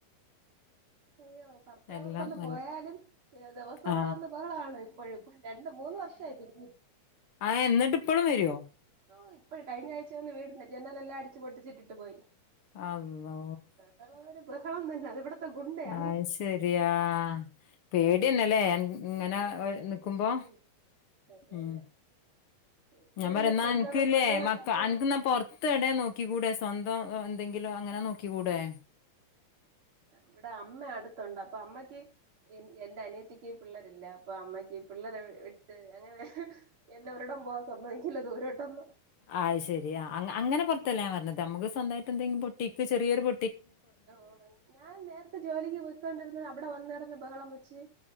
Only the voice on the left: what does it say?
എല്ലാം
നല്ല
ആ
ആഹ എന്നിട്ട് ഇപ്പോഴും വരുവോ?
അള്ളോ
അഹ് ശെരിയാ പേടിയന്നല്ലേ ഇങ്ങനെ
നിക്കുമ്പോ
ഉം
ഞാൻ പറയുന്ന
എനക്ക്ല്ലേ
എനക്ക്ന്നാ
പൊറത്ത് ഇട നോക്കി കൂടെ സ്വന്തം എന്തെങ്കിലും അങ്ങനെ നോക്കി കൂടേ
ആഹ് ശരി ആ അങ്ങനെ പുറത്തല്ല ഞാൻ പറഞ്ഞത് നമ്മക്ക് സ്വന്തമായിട്ട് എന്തെങ്കും പൊട്ടിക്ക് ചെറിയരു പൊ